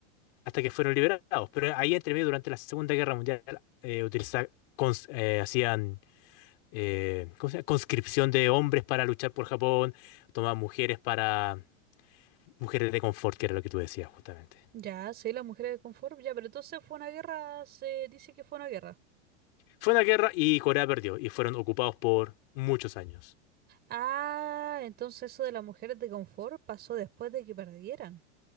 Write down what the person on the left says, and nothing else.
hasta que fueron liberados. Pero ahí entre medio, durante la Segunda Guerra Mundial, eh, utiliza- cons- eh, hacían eh, ¿cómo se llama? conscripción de hombres para luchar por Japón, tomaban mujeres para mujeres de confort, que era lo que tú decías justamente.
Fue una guerra y Corea perdió y fueron ocupados por muchos años.